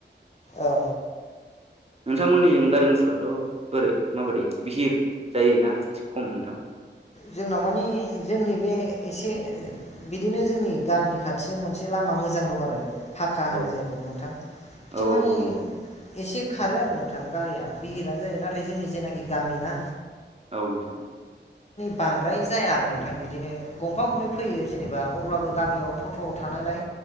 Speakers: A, on the left; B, on the right.
A: औ।
B: नोंथांमोननिजों गारि मथराथ' बोरै माबायदि बिहिर जायोना एसे खम नोंथां?
A: जोंनाव मानि जोंनि बे एसे बिदिनो जोंनि गामिनि खाथिजों मोनसे ला लामा मोजां दं आरो फाखा
B: औ
A: होनो जायखौ नोंथां। बिथिं
B: औ
A: मानि
B: औ नंगौ
A: एसे खारो आरो नोंथां गारिया बिहिरानो जायो नाथाय जोंनि जेनाखि गामिना
B: औ नोंथां।
A: बांद्राय जाया आरो नोंथां। बिदिनो गंफा गंनै फैयो जेनेबा अब्लाबो गामियाव टट'आव थानायलाय